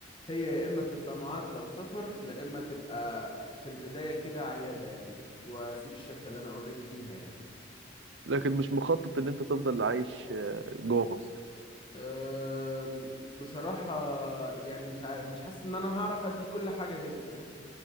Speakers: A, on the left (about 30°); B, on the right (about 75°).
A: هي يا اما تبقى معادله وسفر لا اما تبقى في البدايه كده عياده يعني واسيب الشركه اللي انا اوريدي فيها يعني
B: لكن مش مخطط ان انت تفضل عايش آه، جوه مصر
A: أم، بصراحه يعني مش عارف مش حاسس ان انا هعرف ادي كل حاجه هنا فاهم